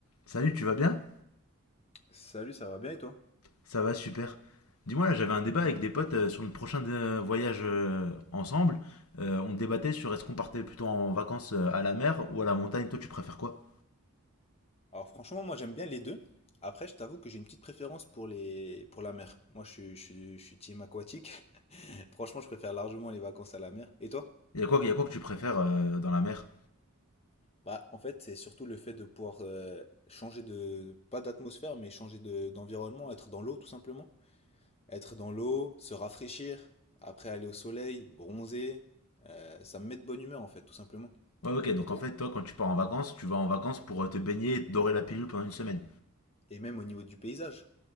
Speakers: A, on the left; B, on the left.
A: Salut, tu vas bien?
B: Salut, ça va bien et toi?
A: Ça va, super. Dis-moi, là, j'avais un débat avec des potes euh, sur notre prochain euh, voyage euh, ensemble. Euh, on débattait sur est-ce qu'on partait plutôt en vacances euh, à la mer ou à la montagne. Toi, tu préfères quoi?
B: Alors franchement, moi j'aime bien les deux. Après, je t'avoue que j'ai une petite préférence pour les pour la mer. Moi, je suis, je suis, je suis team aquatique. <laughs> Franchement, je préfère largement les vacances à la mer. Et toi?
A: Il y a quoi, il y a quoi que tu préfères euh, dans la mer?
B: Bah, en fait, c'est surtout le fait de pouvoir euh, changer de pas d'atmosphère, mais changer de d'environnement, être dans l'eau tout simplement. Être dans l'eau, se rafraîchir, après aller au soleil, bronzer, euh, ça me met de bonne humeur en fait, tout simplement.
A: Ouais, ok, donc
B: Et toi?
A: en fait, toi, quand tu pars en vacances, tu vas en vacances pour euh, te baigner et te dorer la pilule pendant une semaine.
B: Et même au niveau du paysage.